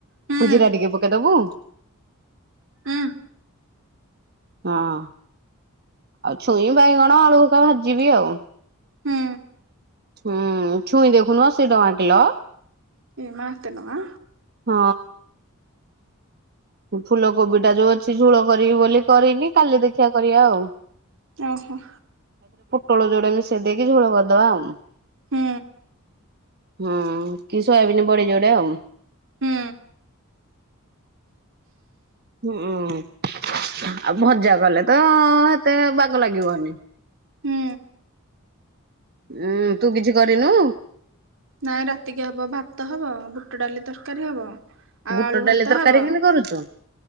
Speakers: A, on the right (about 65°); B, on the right (about 45°).
A: ହୁଁ
B: ଜିରା ଟିକେ ପକେଇଦବୁ।
A: ହୁଁ
B: ହଁ। ଆଉ ଛୁଇଁ ବାଇଗଣ ଆଳୁ ହେକା ଭାଜିବି ଆଉ।
A: ହୁଁ
B: ହୁଁ ଛୁଇଁ ଦେଖୁନ ଅଶି ଟଙ୍କା କିଲ।
A: ଏମା ଏତେ କଣ?
B: ହଁ। ଫୁଲ କୋବି ଟା ଯୋଉ ଅଛି ଝୋଳ କରିବି ବୋଲି କରିନି କାଲି ଦେଖଆ କରିବା ଆଉ।
A: ଓହୋ।
B: ତୋଳ ଯୋଡ ମିଶେଇ ଦେଇକି ଝୋଳ କରିଦବା ଆଉ।
A: ହୁଁ।
B: ହୁଁ କି ସୋୟାବିନ ବଡି ଯୋଡେ ଆଉ।
A: ହୁଁ।
B: ହୁଁଉଁ। ଆଉ ଭଜା କଲେ ତ ହେତେ ବାଗ ଲାଗିବନି।
A: ହୁଁ।
B: ଉୁଁ ତୁ କିଛି କରିନୁ?
A: ନାଇଁ ରାତିକି ହବ ଭାତ ହବ ବୁଟ ଡାଲି ତରକାରୀ ହବ। ଆଉ
B: ବୁଟ
A: ଆଳୁ
B: ଡାଲି
A: ଭର୍ତ୍ତା
B: ତରକାରୀ
A: ହବ
B: କେମିତି କରୁଛୁ।